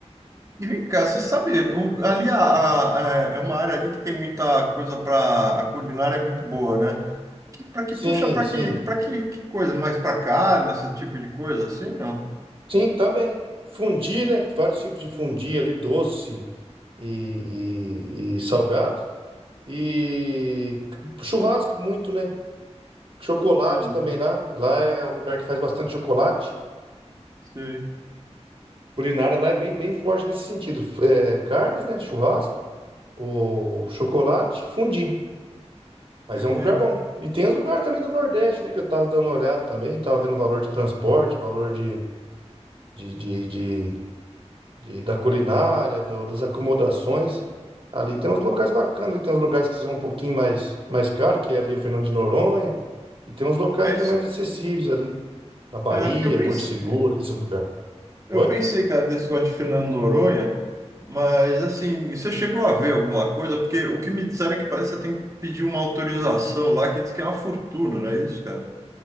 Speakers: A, on the right; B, on the right.
A: E, cara, você sabe, o- ali a, a- é é uma área ali que tem muita coisa para a culinária é muito boa, né? Que para que
B: Sim,
A: puxa para
B: sim.
A: que para que, que coisa mais para carne, esse tipo de coisa assim, não?
B: Sim, também. Fundi, né? Vários tipos de fundi ali, doce e, e- e salgado. E churrasco muito, né? Chocolate
A: Entendi,
B: também lá. Lá é um lugar que faz bastante chocolate.
A: sei,
B: culinária lá é bem, bem forte nesse sentido. É, carnes, né? Churrasco, o chocolate, fundi. Mas
A: entendi.
B: é um lugar bom. E tem os lugares também do Nordeste, né, que eu tava dando uma olhada também, tava vendo o valor de transporte, valor de, de, de, de- de- da culinária, do- das acomodações. Ali tem uns locais bacanas, ali tem uns lugares que são um pouquinho mais, mais caro, que é ali o Fernando de Noronha, e tem uns locais
A: É
B: que
A: isso.
B: é mais acessíveis ali, na Bahia,
A: É, porque eu pensei,
B: Porto Seguro, esses lugares.
A: eu
B: Oi?
A: pensei, cara, desse negócio de Fernando Noronha, mas assim, você chegou a ver alguma coisa? Porque o que me disseram é que parece que você tem que pedir uma autorização lá, que diz que é uma fortuna, não é isso, cara?